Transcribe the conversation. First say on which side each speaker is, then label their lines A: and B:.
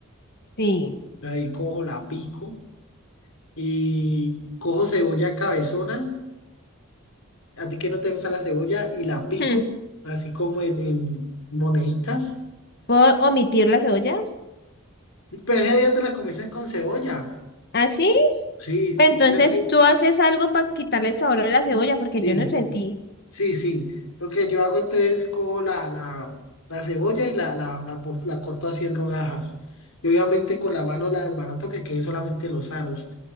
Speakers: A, on the left; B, on the left.
A: Sí.
B: Ahí cojo, la pico y cojo cebolla cabezona, a ti que no te gusta la cebolla, y la pico
A: Hmm,
B: así como en, en moneditas.
A: ¿Puedo omitir la cebolla?
B: Pero ese día te la comiste con cebolla.
A: ¿Así?
B: Sí,
A: Entonces
B: mira que-
A: tú haces algo para quitarle el sabor a la cebolla porque
B: sí,
A: yo no sentí.
B: sí, sí. Lo que yo hago entonces cojo la, la, la cebolla y la, la, la, por- la corto así en rodajas. Y obviamente con la mano la desbarato que queden solamente los aros.